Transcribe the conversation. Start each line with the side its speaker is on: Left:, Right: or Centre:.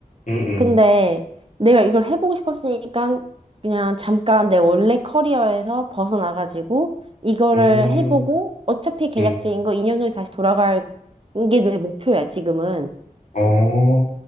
Left: 음,
Right: 근데
Left: 음,
Right: 내가 이걸 해보고 싶었으니까 그냥 잠깐 내 원래 커리어에서 벗어나가지고 이거를
Left: 음,
Right: 해보고 어차피 계약직인
Left: 음.
Right: 거 2년 후에 다시 돌아갈 게 내 목표야, 지금은.
Left: 어,